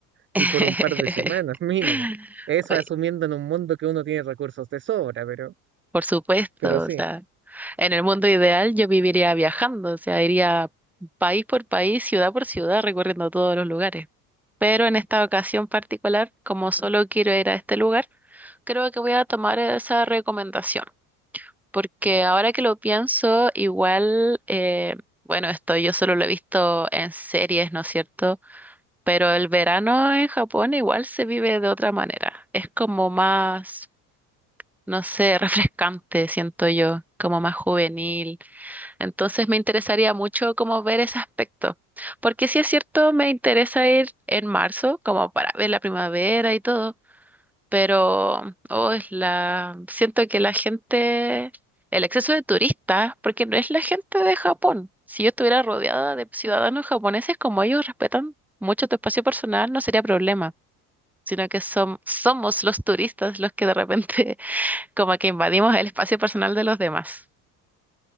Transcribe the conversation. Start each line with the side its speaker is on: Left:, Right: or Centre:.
Centre: <laughs>
Right: y, y por un par de semanas mínimo. Eso
Centre: Oye,
Right: asumiendo en un mundo que uno tiene recursos de sobra, pero,
Centre: Por supuesto,
Right: pero sí,
Centre: o sea. En el mundo ideal yo viviría viajando, o sea, iría país por país, ciudad por ciudad, recorriendo todos los lugares. Pero en esta ocasión particular, como solo quiero ir a este lugar, creo que voy a tomar esa recomendación, porque ahora que lo pienso, igual, eh, bueno, esto yo solo lo he visto en series, ¿no es cierto? Pero el verano en Japón igual se vive de otra manera. Es como más, no sé, refrescante, siento yo, como más juvenil entonces me interesaría mucho como ver ese aspecto, porque si es cierto, me interesa ir en marzo como para ver la primavera y todo, pero oh, es la siento que la gente, el exceso de turistas, porque no es la gente de Japón. Si yo estuviera rodeada de ciudadanos japoneses como ellos respetan mucho tu espacio personal, no sería problema, sino que som- somos los turistas los que de repente <laughs> como que invadimos el espacio personal de los demás.